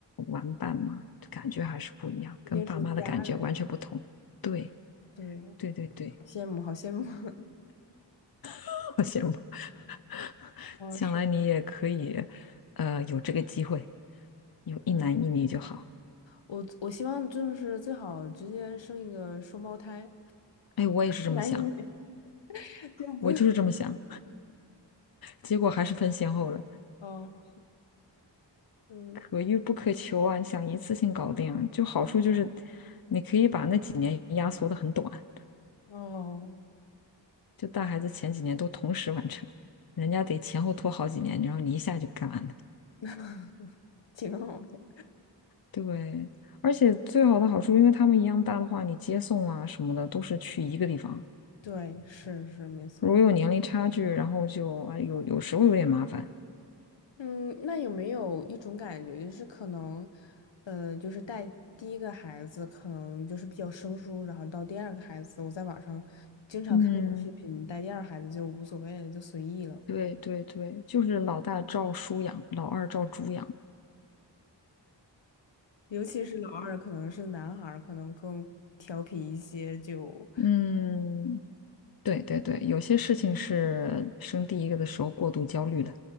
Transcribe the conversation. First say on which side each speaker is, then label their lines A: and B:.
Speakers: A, on the left (about 55°); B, on the left (about 85°).
A: 玩伴嘛，感觉还是不一样，
B: 一定是家人，
A: 跟爸妈的感觉完全不同。对，
B: 对，
A: 对对对，
B: 好羡慕，好羡慕。<laughs>
A: <laughs> 好羡慕。<laughs>
B: 哦，
A: 将来你也可以，
B: 是，
A: 呃，有这个机会，有一男一女就好。
B: 嗯，我我希望就是最好直接生一个双胞胎，
A: 哎，我也是这么想，
B: 男一女，<laughs> 就不用
A: 我就是这么想，结果还是分先后了。
B: 哦，嗯，
A: 可遇不可求啊，你想一次性搞定啊，就好处就是你可以把那几年压缩的很短，
B: 哦。
A: 就带孩子前几年都同时完成，人家得前后拖好几年，然后你一下就干完了。
B: <laughs> 挺好的。
A: 对，而且最好的好处，因为他们一样大的话，你接送啊什么的都是去一个地方，
B: 对，是是没错。
A: 如果有年龄差距，然后就啊有有时候有点麻烦。
B: 嗯，那有没有一种感觉，就是可能，呃，就是带第一个孩子可能就是比较生疏，然后到第二个孩子，我在网上经常看那种视频，
A: 嗯，
B: 带第二孩子就无所谓了，就随意了。
A: 对对对，就是老大照书养，老二照猪养。
B: 尤其是老二，可能是男孩儿，可能更调皮一些，就，
A: 嗯，对对对，有些事情是生第一个的时候过度焦虑了。